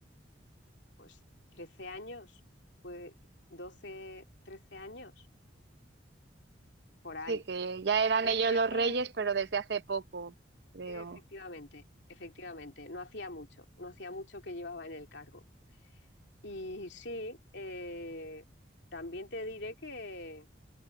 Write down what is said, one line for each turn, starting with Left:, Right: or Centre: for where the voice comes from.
Left: pues 13 años, pues 12 13 años, por
Right: Sí,
Left: ahí.
Right: que ya eran
Left: Re-
Right: ellos
Left: recién,
Right: los reyes, pero desde hace poco, creo.
Left: efectivamente, efectivamente, no hacía mucho, no hacía mucho que llevaba en el cargo. Y sí, eh, también te diré que,